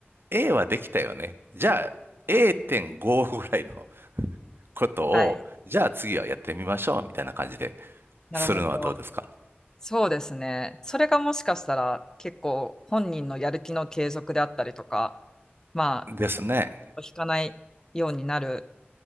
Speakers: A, on the right; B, on the left.
A: A はできたよね。じゃあ A.5 ぐらいのことを、
B: はい。
A: じゃあ次はやってみましょう、みたいな感じで
B: なるほど。
A: するのはどうですか
B: そうですね。それがもしかしたら結構本人のやる気の継続であったりとか、ま
A: ですね。
B: あ、引かないようになる、